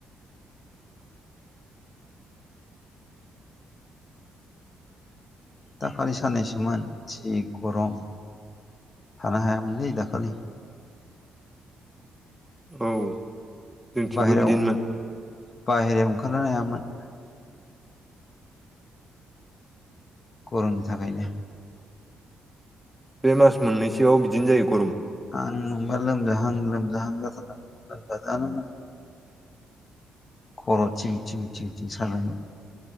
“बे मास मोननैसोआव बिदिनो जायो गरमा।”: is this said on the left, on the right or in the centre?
Centre